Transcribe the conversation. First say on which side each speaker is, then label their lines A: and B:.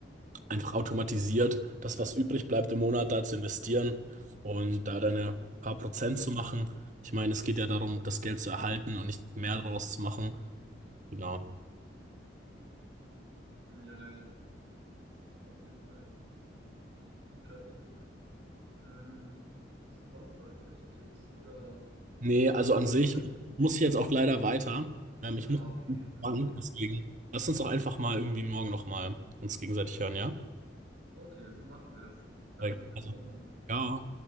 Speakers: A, on the right; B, on the right.
A: einfach automatisiert das, was übrig bleibt im Monat, da zu investieren und da deine paar Prozent zu machen. Ich meine, es geht ja darum, das Geld zu erhalten und nicht mehr daraus zu machen. Genau.
B: Hm, Ja, ja, das ist auf jeden Fall ein guter Tipp. Mm, hast du sonst noch irgendwelche Tipps oder,
A: Nee, also an sich
B: oder?
A: muss ich jetzt auch leider weiter. Ähm, ich
B: Ah,
A: muss
B: okay,
A: in die
B: verstehe.
A: Bank, deswegen lass uns doch einfach mal irgendwie morgen nochmal uns gegenseitig hören, ja?
B: Okay, so machen wir das. Dann
A: Also,
B: bis morgen.
A: ja.